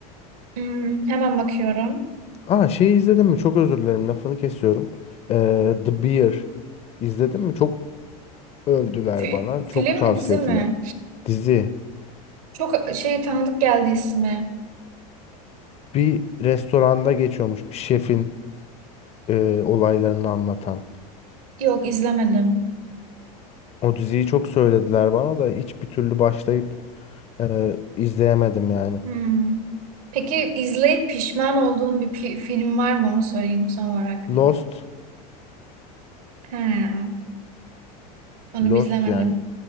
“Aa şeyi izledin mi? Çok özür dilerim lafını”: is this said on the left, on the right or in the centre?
Left